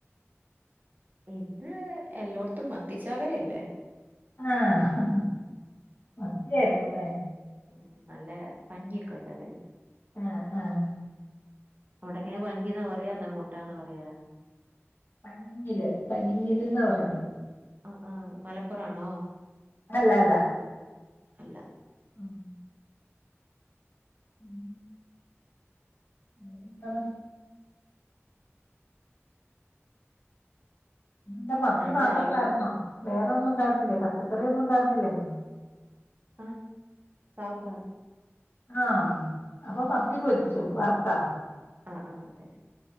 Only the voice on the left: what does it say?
ആഹ മത്തിയായിരുന്നുല്ലെ.
ആഹ് ആഹ്.
പനിഞ്ഞില് പനിഞ്ഞില്ന്നാ പറയണ്.
അല്ല അല്ല
ഉം, ഉം വേറെ എന്താണ് ഇന്ന് ഇവിട മത്തി
മാത്രേ
ഉള്ളായിരുന്നോ വേറൊന്നും ഉണ്ടായിരുന്നില്ലേ പച്ചക്ക <unintelligible> ഉണ്ടായിറുന്നില്ലേ?
ആഹ് അപ്പൊ മത്തി പൊരിച്ചു വറുത്താ